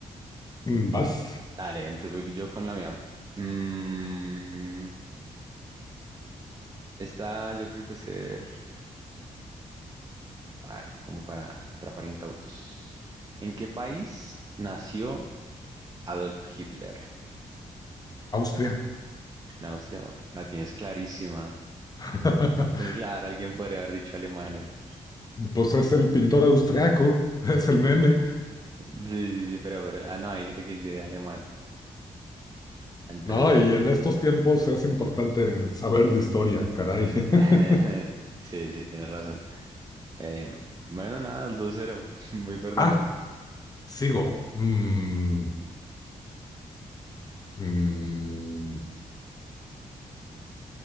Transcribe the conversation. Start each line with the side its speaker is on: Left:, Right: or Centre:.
Left: Mm, Vas,
Right: Dale, entonces voy yo con la mía. Mm, Esta yo creo que puede ser, a ver, como para atrapar incautos. ¿En qué país nació Adolf Hitler?
Left: Austria.
Right: En Austria, bueno, la tienes clarísima.
Left: <laughs>
Right: Es claro, alguien podría haber dicho Alemania.
Left: Pues es el pintor austriaco, es el meme,
Right: Sí, sí, sí, pero, pero, ah, no, hay gente que dice Alemania. Entonces,
Left: ¿no?
Right: pues,
Left: Y en estos tiempos es importante saber de historia, caray. <laughs>
Right: <laughs> sí, sí, tienes razón. Eh, bueno, nada, el dos cero, <laughs> voy perdiendo.
Left: Ah, sigo. Mm, mm,